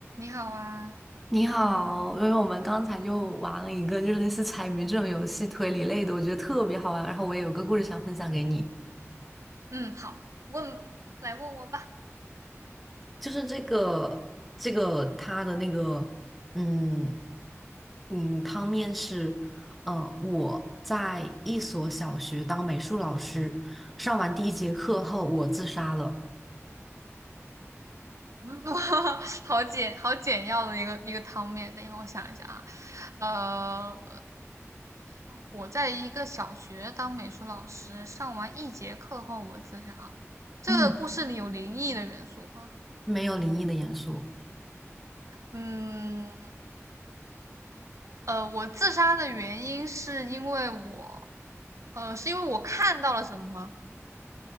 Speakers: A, on the right; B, in the centre.
A: 你好啊，
B: 你好，因为我们刚才就玩了一个就是类似猜谜这种游戏推理类的，我觉得特别好玩。然后我也有个故事想分享给你，
A: 嗯，好，问，来问我吧。
B: 就是这个这个它的那个嗯嗯汤面是呃我在一所小学当美术老师，上完第一节课后我自杀了，
A: 嗯，<laughs> 哇，好简好简要的一个一个汤面。等一下，我想一下啊，呃，呃我在一个小学当美术老师，上完一节课后我自杀了。这个故事里有灵异的元素吗？
B: 嗯，没有灵异的元素。
A: 嗯，呃，我自杀的原因是因为我，呃，是因为我看到了什么吗？